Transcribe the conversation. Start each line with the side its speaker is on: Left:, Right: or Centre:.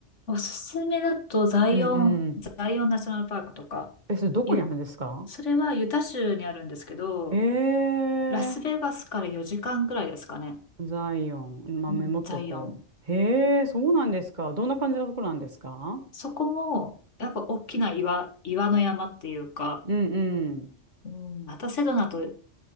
Left: おすすめだとザイオン、
Right: うんうん。
Left: ザイオンナショナルパークとか、
Right: え、それどこにあるんですか
Left: ゆ、それはユタ州にあるんですけど、
Right: へえ、
Left: ラスベガスから4時間ぐらいですかね。
Right: ザイオン、まあ、
Left: うん、
Right: メモっとこう。
Left: ザイオン。
Right: へえ、そうなんですか。どんな感じのところなんですか
Left: そこも、やっぱ大きな岩、岩の山っていうか、
Right: うんうん。
Left: うん。またセドナと違